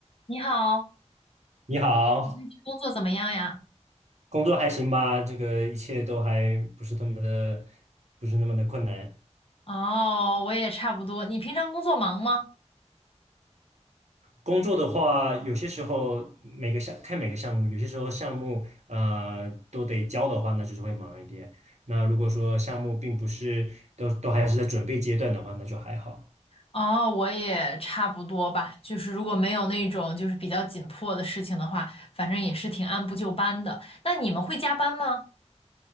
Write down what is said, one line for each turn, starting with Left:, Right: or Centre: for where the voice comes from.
Left: 你好，
Right: 你好，
Left: 你最近工作怎么样呀？
Right: 工作还行吧？这个一切都还不是那么的，不是那么的困难。
Left: 哦，我也差不多。你平常工作忙吗？
Right: 工作的话，有些时候每个项看每个项目，有些时候项目呃都得交的话，那就是会忙一点。那如果说项目并不是都都还是在准备阶段的话，那就还好。
Left: 哦，我也差不多吧。就是如果没有那种就是比较紧迫的事情的话，反正也是挺按部就班的。那你们会加班吗？